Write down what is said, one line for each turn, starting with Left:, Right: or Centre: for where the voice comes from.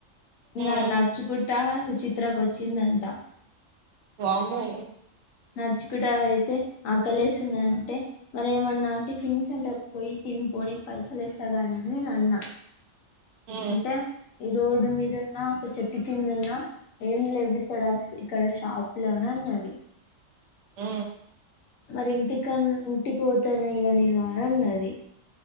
Left: ఇంగ
Right: హ్మ్
Left: నడుచుకుంటా సుచిత్రకు వచ్చిందంత
Right: వామ్మో
Left: నచ్చుకుడా అయితే ఆకలేస్తుంది అంటే మరి ఏమన్నా టిఫిన్ సెంటర్ పోయి ఇన్ పోనీ పైసలేస్తాగాని నేను అన్నా
Right: ఉ
Left: అంటే ఈ రోడ్ మీద ఉన్నా ఒక చెట్టు కింద ఉన్నా ఏం లేవు ఇక్కడ ఇక్కడ షాప్ లోన అన్నది
Right: ఉ
Left: మరి ఇంటికిన్ ఇంటికి పోతాను ఇగా నేను నానన్నది